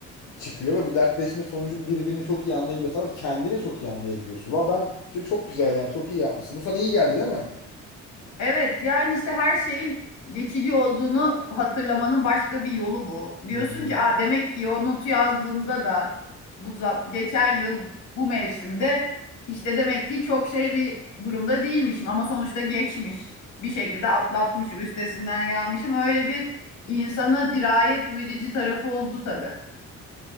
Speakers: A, on the left (about 80°); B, on the left (about 65°).
A: çıkıyor ve bu dertleşme sonucu birbirini çok iyi anlayabiliyorsanız kendini çok iyi anlayabiliyorsun. Valla ben çok çok güzel yani çok iyi yapmışsın. Bu sana iyi geldi değil mi?
B: Evet yani işte her şeyin geçici olduğunu hatırlamanın başka bir yolu bu. Diyorsun
A: Hı hı.
B: ki Aa, demek ki o notu yazdığımda da bu za- geçen yıl bu mevsimde işte demek ki çok şey bir durumda değilmişim ama sonuçta geçmiş. Bir şekilde atlatmışım, üstesinden gelmişim. Öyle bir insana dirayet verici tarafı oldu tabii.